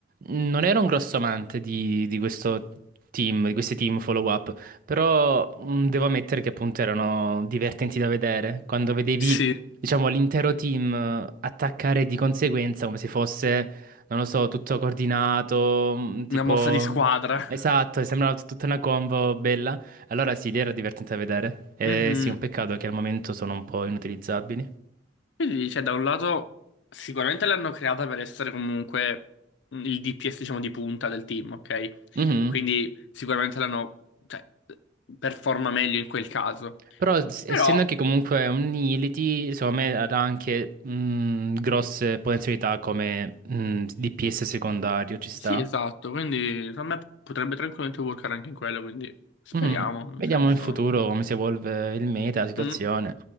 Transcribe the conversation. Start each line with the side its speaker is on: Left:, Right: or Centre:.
Right: non ero un grosso amante di, di questo team, di questi team follow-up, però mh, devo ammettere che appunto erano divertenti da vedere. Quando vedevi,
Left: Sì,
Right: diciamo, l'intero team eh, attaccare di conseguenza come se fosse, non lo so, tutto coordinato, mh, tipo...
Left: Una mossa di squadra.
Right: Esatto, sembrava tut- tutta una combo bella. Allora sì, lì era divertente da vedere. Eh,
Left: Mhm.
Right: sì, un peccato che al momento sono un po' inutilizzabili.
Left: Quindi, cioè, da un lato, sicuramente l'hanno creata per essere comunque il DPS, diciamo, di punta del team, ok?
Right: Mhm.
Left: Quindi sicuramente l'hanno, cioè, performa meglio in quel caso.
Right: Però s-
Left: Però,
Right: essendo che comunque è un Unity, secondo me ha anche mh, grosse potenzialità come mh, DPS secondario, ci sta.
Left: sì, esatto, quindi secondo me potrebbe tranquillamente workare anche in quello, quindi speriamo,
Right: Mhm.
Left: nel
Right: Vediamo
Left: senso...
Right: in futuro come si evolve il meta, la situazione.
Left: Mm.